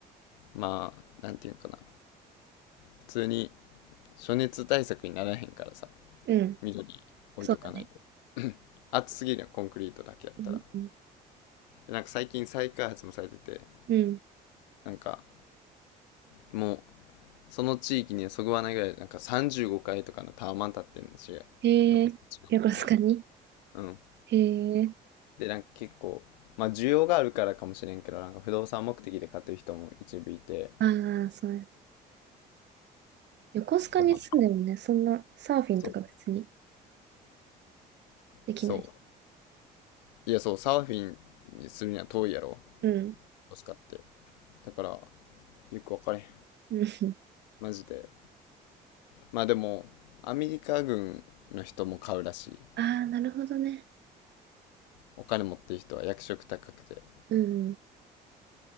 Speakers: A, on the left (about 80°); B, on the right (about 55°).
A: まあ、なんていうかな。普通に暑熱対策にならへんからさ、
B: うん、
A: 緑置いとかないと。
B: そうだね。
A: <coughs> <clears throat> 暑すぎるよ、コンクリートだけやったら。
B: うん、うん、
A: でなんか最近再開発もされてて、
B: うん。
A: なんかもう、その地域にはそぐわないぐらい、なんか35階とかのタワマン立ってんのし、
B: へえ、
A: 横浜市の今。
B: 横須賀に
A: うん。
B: へえ、
A: で、なんか結構、まあ需要があるからかもしれんけど、なんか不動産目的で買ってる人も一部いて、
B: ああー、そうやね。横須賀に住んでもね、
A: で、まあ、
B: そんなサーフィンとか別に
A: そう。そ
B: できないし。
A: う。いや、そう、サーフィンにするには遠いやろ、
B: うん。
A: 使って。だから、よくわかれん。
B: うん。
A: マジで。まあでも、アメリカ軍の人も買うらしい。
B: ああ、なるほどね。
A: お金持ってる人は役職高くて。
B: うん。